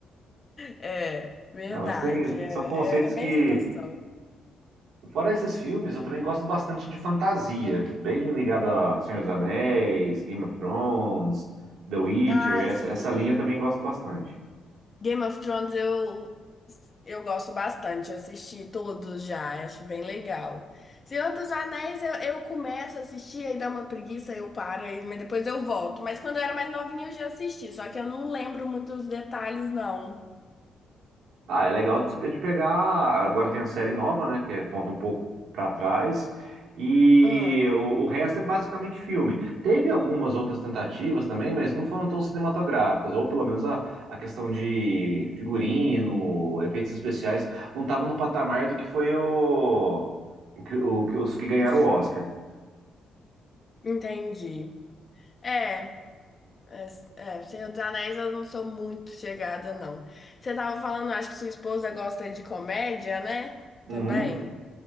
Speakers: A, on the left; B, on the right.
A: É, verdade.
B: É, mas tem,
A: É,
B: são conceitos
A: é, é bem
B: que
A: sem noção.
B: Fora esses filmes, eu também gosto bastante de fantasia, bem ligado a Senhor dos Anéis, Game of Thrones, The Witcher,
A: Ai,
B: essa,
A: sim.
B: essa linha eu também gosto bastante.
A: Game of Thrones eu, eu gosto bastante, assisti todos já, acho bem legal. Senhor dos Anéis, eu, eu começo a assistir, aí dá uma preguiça, eu paro, aí, mas depois eu volto. Mas quando eu era mais novinha eu já assisti, só que eu não lembro muito os detalhes, não.
B: Ah, é legal de se- de pegar. Agora tem a série nova, né? Que é- conta um pouco pra trás. E
A: Ah,
B: o, o resto é basicamente filme. Teve algumas outras tentativas também, mas não foram tão cinematográficas. Ou pelo menos a, a questão de figurino, efeitos especiais, não estava no patamar do que foi o, o, que, o que- os que ganharam
A: os-
B: o Oscar.
A: entendi. É, é, é, Senhor dos Anéis eu não sou muito chegada, não. Você tava falando, acho que sua esposa gosta de comédia, né?
B: Uhum.
A: Também.